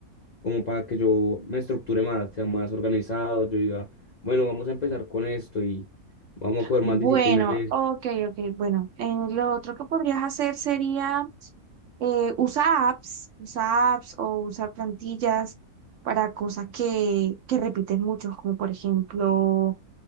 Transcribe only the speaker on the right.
Bueno,
ok, ok. Bueno, en lo otro que podrías hacer sería eh, usa apps, usa apps o usar plantillas para cosas que, que repites mucho, como por ejemplo